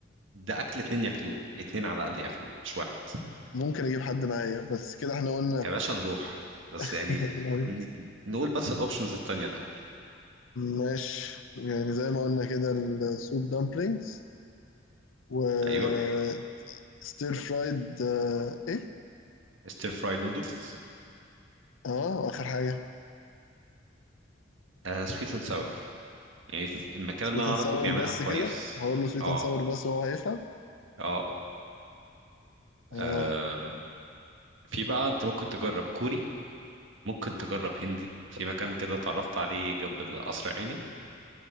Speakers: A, on the right; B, on the left.
A: ده أكل اتنين ياكلوه اتنين على الأقل ياكلوه مش واحد
B: ممكن اجيب حد معايا بس كده احنا قلنا
A: يا باشا نروح بس
B: <laughs>
A: يعني
B: يعني
A: ن- نقول بس الأوبشنز التانية الأول
B: ماشي يعني زي ما قلنا كده السوب دمبلينجز و
A: أيوه
B: ستير فرايد آه، ايه
A: ستير فرايد نودلز
B: اه واخر حاجة
A: سويت اند ساور يعني في المكان
B: سويت
A: اللي أنا
B: اند
A: أعرفه
B: ساور
A: بيعملها
B: بس
A: كويس
B: كده هقول له سويت
A: اه
B: اند ساور بس وهو هيفهم
A: اه
B: اه
A: آم، في بقى أنت ممكن تجرب كوري ممكن تجرب هندي في مكان كده اتعرفت عليه جنب القصر عيني